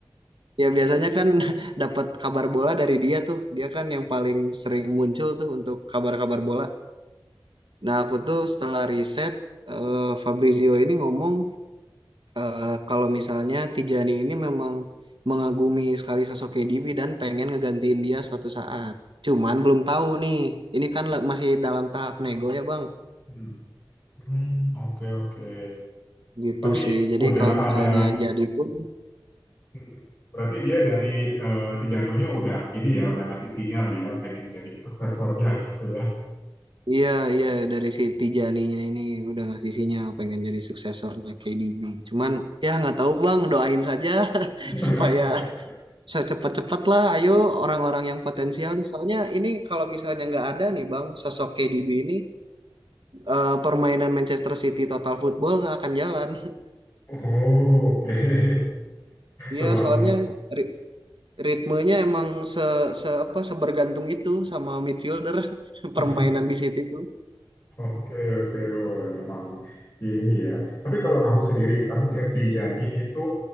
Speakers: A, on the right; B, on the left.
A: Ya biasanya kan <laughs> dapat kabar bola dari dia tuh. Dia kan yang paling sering muncul tuh untuk kabar-kabar bola. Nah, aku tuh setelah riset eh, Fabrizio ini ngomong eh, kalau misalnya Tijani ini memang mengagumi sekali sosok KDB dan pengen ngegantiin dia suatu saat. Cuman belum tahu nih. Ini kan le- masih dalam tahap nego ya, Bang.
B: Hmm, Hmm, oke oke.
A: Gitu
B: Tapi
A: sih. Jadi
B: udah
A: kalau misalnya
B: ada.
A: jadi pun
B: hmm, Berarti dia dari eh, Tijanonya udah ini ya, udah ngasih sinyal ya, pengen jadi suksesornya gitu ya.
A: Iya, iya dari si Tijaninya ini udah ngasih sinyal pengen jadi suksesornya KDB. Cuman ya nggak tahu Bang, doain saja <laughs>
B: <laughs>
A: supaya secepat-cepat lah. Ayo orang-orang yang potensial nih. Soalnya ini kalau misalnya nggak ada nih Bang, sosok KDB ini eh, permainan Manchester City total football nggak akan jalan. <laughs>
B: Oh, oke. <laughs>
A: Iya,
B: Memang
A: soalnya ri- ritmenya emang se, se apa sebergantung itu sama midfielder <laughs>
B: <laughs>
A: permainan di City itu.
B: oke oke Wah, emang ini ya. Tapi kalau kamu sendiri, kamu lihat di Jani itu